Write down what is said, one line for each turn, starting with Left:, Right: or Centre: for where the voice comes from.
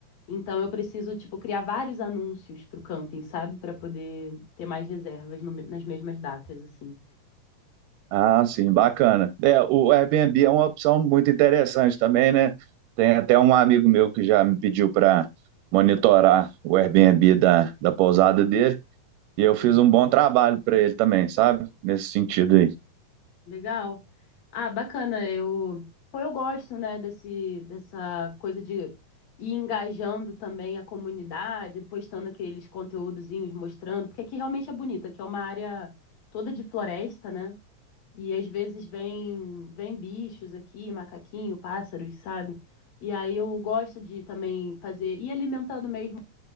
Left: Então, eu preciso, tipo, criar vários anúncios para o camping, sabe? Para poder ter mais reservas no me- nas mesmas datas, assim.
Right: Ah, sim, bacana. É, o Airbnb é uma opção muito interessante também, né? Tem até um amigo meu que já me pediu para monitorar o Airbnb da, da pousada dele, e eu fiz
Left: Sim.
Right: um bom trabalho para ele também, sabe? Nesse sentido aí.
Left: Legal. Ah, bacana. Eu, pô, eu gosto, né, desse, dessa coisa de ir engajando também a comunidade, postando aqueles conteúdozinhos, mostrando, porque aqui realmente é bonito, aqui é uma área toda de floresta, né? E às vezes vem, vem bichos aqui, macaquinho, pássaros, sabe? E aí eu gosto de também fazer, e alimentando mesmo,